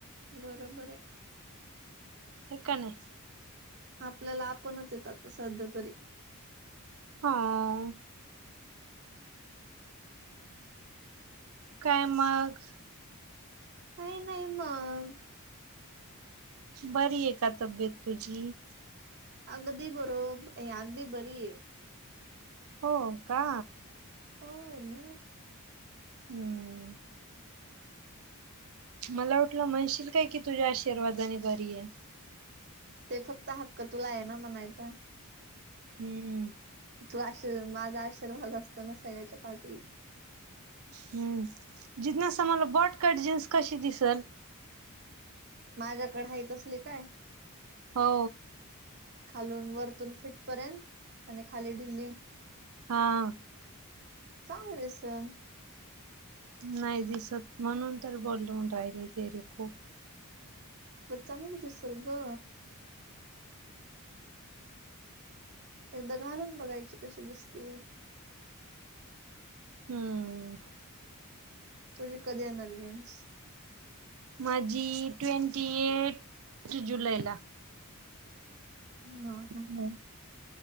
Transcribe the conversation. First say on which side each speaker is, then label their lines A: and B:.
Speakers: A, on the right; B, on the right.
A: बरोबर ऐ.
B: हो का नाही?
A: आपल्याला आपणच येत आता सध्या तरी
B: हाहाहा काय मग
A: अरे नाही मग
B: बरी ऐ का तब्येत तुझी
A: अगदी बरो ए अगदी बरी ऐ.
B: हो का?
A: हो न
B: हूहू मला वाटलं म्हणशील काय कि तुझ्या आशीर्वादाने बरी ऐ
A: ते फक्त हक्क तुला आहे ना म्हणायचा.
B: हूहू
A: तू आशी माझ्या आशीर्वाद असतो ना सगळ्याच्या पाठीशी.
B: हम्म जिजनास मला बॉटकट जीन्स कशी दिसेल?
A: माझ्याकडे हाय तसली काय?
B: हो
A: खालून वरतून फिट पर्यंत आणि खाली ढिली.
B: हाहा
A: चांगली दिसल.
B: नाही दिसत म्हणून तर बोलून राहिले ते रे खूप
A: मग चांगली दिसेल ग एकदा घालून बघायची कशी दिसते.
B: हम्म
A: तुझी कधी येणार जीन्स.
B: माझी टै़वटी ऐट टु जुलै ला.
A: ह ह ह
B: हो.